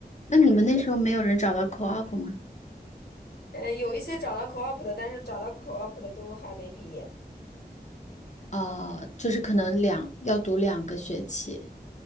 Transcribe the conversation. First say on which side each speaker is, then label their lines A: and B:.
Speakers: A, on the left; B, on the left.
A: 那你们那时候没有人找到 co-op 吗？
B: 嗯，有一些找到 co-op 的，但是找到 co-op 的都还没毕业。
A: 哦，就是可能两要读两个学期